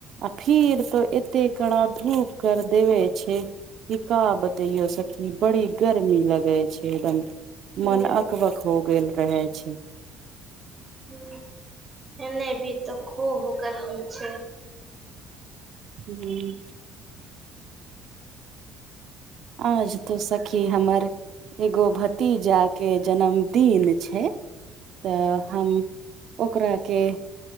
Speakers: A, on the right; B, on the right.
A: आ फिर तो एते कड़ा धूप कर देवे छैय का बतेयो सखी बड़ी गर्मी लगे छैय एकदम
B: ह
A: मन अकबक हो गेल रहे छैय
B: ह एने भी त खूब गरमी छैय
A: ह आज तो सखी हमर एगो भतीजा के जनम दिन छैय तऽ हम ओकरा के